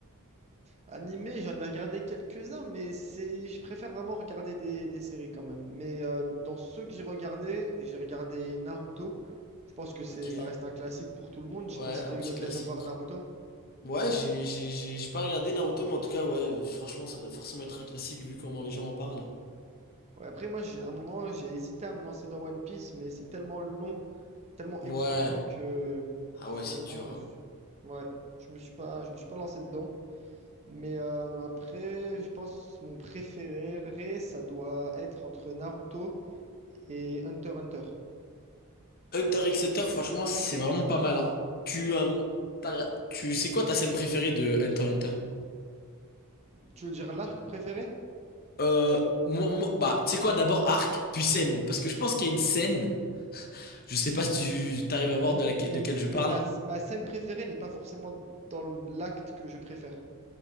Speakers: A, on the right; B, on the left.
A: Animé, j'en ai regardé quelques-uns, mais c'est, je préfère vraiment regarder des, des séries quand même. Mais euh, dans ceux que j'ai regardés, j'ai regardé Naruto. Je pense que
B: Ok,
A: c'est, ça reste un classique pour tout le monde.
B: ouais,
A: Je sais pas si
B: un
A: tu as
B: petit
A: eu l'occasion
B: classique.
A: de voir Naruto.
B: Ouais, j'ai j'ai- j'ai- j'ai pas regardé Naruto, mais en tout cas, ouais, franchement, ça doit forcément être un classique vu comment les gens en parlent.
A: Ouais, après, moi, j'ai, à un moment, j'ai hésité à me lancer dans One Piece, mais c'est tellement long, tellement
B: Ouais.
A: éprouvant que
B: Ah
A: finalement,
B: ouais, c'est dur, hein.
A: je, ouais, je me suis pas, je me suis pas lancé dedans. Mais euh, après, je pense mon préféré, ça doit être entre Naruto. et Hunter x Hunter.
B: Hunter x Hunter, franchement, c'est vraiment pas mal, hein. Tu, euh, t'as- tu, c'est quoi ta scène préférée de Hunter x Hunter?
A: Tu veux dire l'arc préféré?
B: Euh, moi, moi- bah, tu sais quoi, d'abord arc, puis scène. Parce que je pense qu'il y a une scène, je sais pas si tu t'arrives à voir
A: Euh,
B: de, laquelle-
A: Mais,
B: de quelle je
A: mais
B: parle.
A: ma, ma scène préférée n'est pas forcément dans l'acte que je préfère.